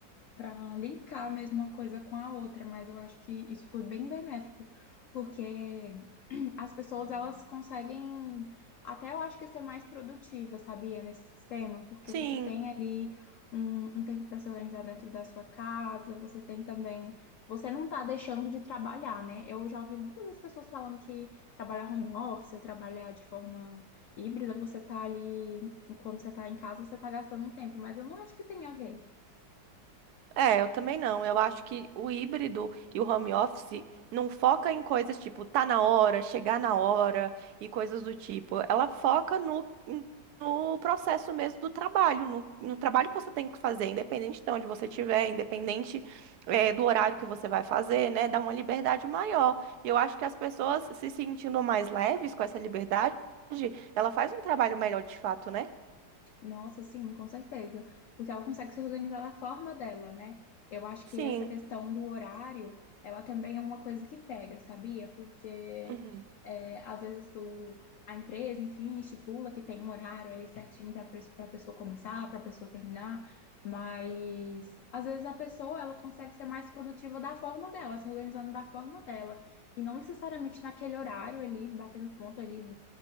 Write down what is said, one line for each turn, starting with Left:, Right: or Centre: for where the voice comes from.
Left: para linkar a mesma coisa com a outra, mas eu acho que isso foi bem benéfico, porque as pessoas elas conseguem até eu acho que ser mais produtiva, sabia, nesse sistema, porque
Right: Sim,
Left: você tem ali um, um tempo para se organizar dentro da sua casa, você tem também, você não tá deixando de trabalhar, né? Eu já ouvi muitas das pessoas falando que trabalhar home office ou trabalhar de forma híbrida, você tá ali, quando você tá em casa, você tá gastando um tempo, mas eu não acho que tem a ver.
Right: é, eu também não. Eu acho que o híbrido e o home office não foca em coisas tipo tá na hora, chegar na hora e coisas do tipo. Ela foca no, no processo mesmo do trabalho, no, no trabalho que você tem que fazer, independente de onde você estiver, independente, eh, do horário que você vai fazer, né? Dá uma liberdade maior. E eu acho que as pessoas se sentindo mais leves com essa liberdade, ela faz um trabalho melhor de fato, né?
Left: Nossa, sim, com certeza. Porque ela consegue se organizar da forma dela, né? Eu acho que
Right: Sim.
Left: essa questão do horário, ela também é uma coisa que pega, sabia? Porque
Right: Uhum.
Left: é, às vezes o, a empresa, enfim, estipula que tem um horário ali certinho para a pessoa começar, para a pessoa terminar, mas às vezes a pessoa ela consegue ser mais produtiva da forma dela, se organizando da forma dela, e não necessariamente naquele horário ali, batendo ponto ali